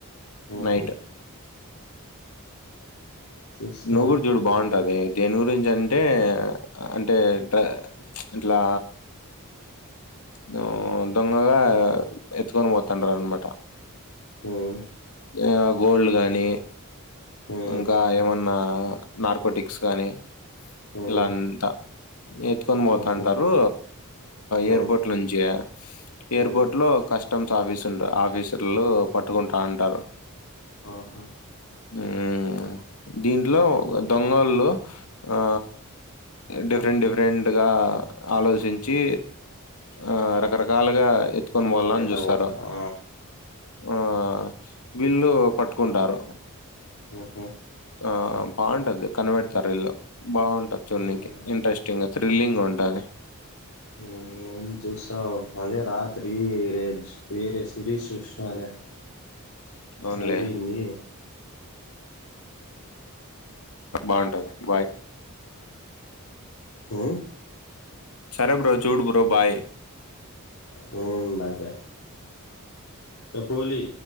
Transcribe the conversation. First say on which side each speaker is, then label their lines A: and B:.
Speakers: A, on the left (about 70°); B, on the left (about 80°).
A: ఉహు
B: నైట్
A: చూస్తాలే
B: నువ్వు గూడ చూడు బావుంటాది దేని గురించి అంటే అంటే డ్రే ఇట్లా దో దొంగగా ఎత్తుకొని పోతాంటారనమాట <inaudible>
A: హ్మ్
B: యా గోల్డ్ గానీ
A: హ్మ్
B: ఇంకా ఏమన్నా నార్కోటిక్స్ కానీ
A: హ్మ్
B: ఇలంతా ఎత్తుకొని పోతాంటారు
A: ఉహు హ్మ్
B: ఎయిర్పోర్ట్ లో నుంచి ఎయిర్పోర్ట్
A: హ్మ్
B: లో కస్టమ్స్ ఆఫీస్ ఉంట ఆఫీసర్లు పట్టుకుంటాటారు
A: ఆహా
B: మ్మ్ దీంట్లో దొంగోల్లు ఆ డిఫరెంట్ డిఫరెంట్గా ఆలోచించి, ఆ రకరకాలుగా ఎత్తుకొని పోవల్ల అని
A: ఎతపోతా
B: చూస్తారు.
A: ఆ
B: ఆ వీల్ళు పట్టుకుంటారు.
A: మ్హు
B: ఆ బాగుంటది కనబడతారు వీళ్లు బాగుంటది చూడనీకి
A: హ్మ్
B: ఇంట్రెస్టింగ్గా థ్రిల్లింగ్ ఉంటది.
A: మ్మ్ ఏం చూస్తావు అదే రాత్రి వేరే వేరే సిరీస్ చూసినాలే.
B: అవునులే
A: అయిపోయింది
B: బాగుంటది బాయ్
A: హ్మ్
B: సరే బ్రో చూడు బ్రో బాయ్.
A: హ్మ్ బాయ్ బాయ్ ధ పోలి